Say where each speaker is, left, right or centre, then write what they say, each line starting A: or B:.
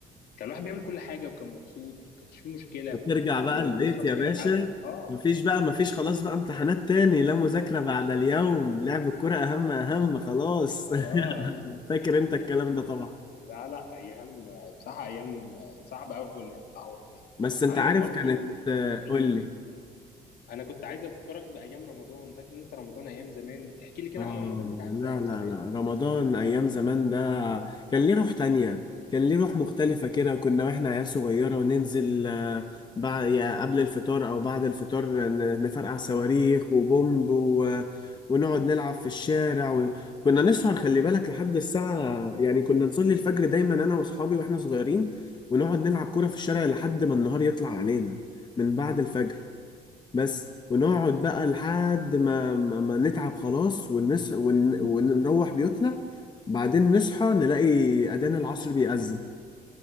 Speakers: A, on the left; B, on the left.
A: كان الواحد بيعمل كل حاجه وكان مبسوط وكانش فيه مشكله
B: بترجع بقى
A: و-
B: البيت
A: وتروح
B: يا
A: تلعب
B: باشا
A: اه
B: مفيش بقى مفيش خلاص بقى امتحانات تاني لا مذاكرة بعد اليوم لعب الكرة أهم أهم خلاص
A: اه
B: <laughs> فاكر أنت الكلام ده طبعا
A: لا لا ايام بصراحه ايام صعبه قوي انها تتعوض تاني
B: بس أنت
A: عندك
B: عارف
A: برضو
B: كانت
A: <clears throat>
B: قول لي
A: انا كنت عايز افكرك بايام رمضان فاكر انت رمضان ايام زمان احكي لي كده
B: آه
A: عن رمضان بتاعك
B: لا
A: في ايام
B: لا
A: زمان
B: لا رمضان أيام زمان ده كان ليه روح تانية كان ليه روح مختلفة كده كنا وإحنا عيال صغيرة وننزل آه، بعد يا قبل الفطار أو بعد الفطار ن- نفرقع صواريخ وبومب و... ونقعد نلعب في الشارع وكنا نسهر خلي بالك لحد الساعة يعني كنا نصلي الفجر دايما أنا وأصحابي وإحنا صغيرين ونقعد نلعب كورة في الشارع لحد ما النهار يطلع علينا من بعد الفجر بس ونقعد بقى لحد ما ما, ما نتعب خلاص ونس ون... ونروح بيوتنا بعدين نصحى نلاقي أذان العصر بيأذن